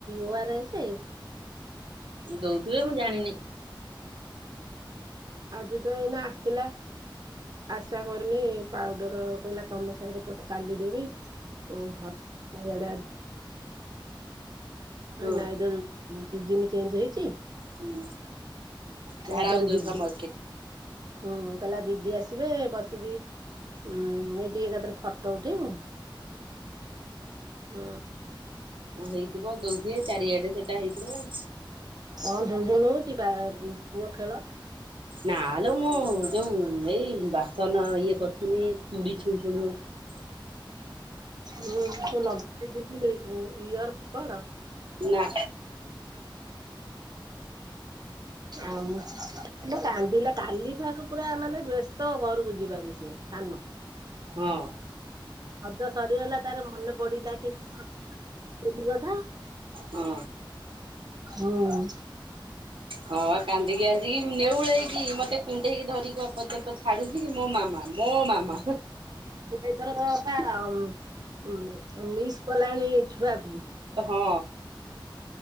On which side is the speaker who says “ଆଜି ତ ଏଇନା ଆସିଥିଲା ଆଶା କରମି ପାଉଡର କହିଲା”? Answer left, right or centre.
Right